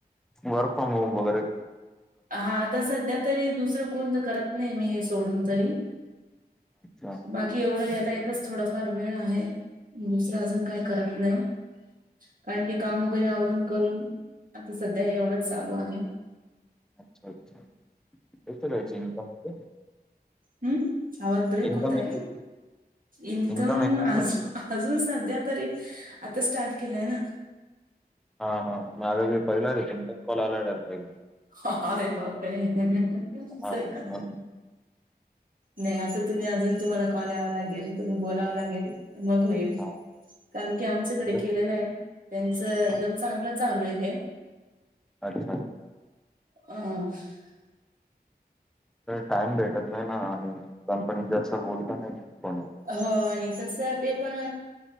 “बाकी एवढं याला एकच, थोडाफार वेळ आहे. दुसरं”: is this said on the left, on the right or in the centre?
Right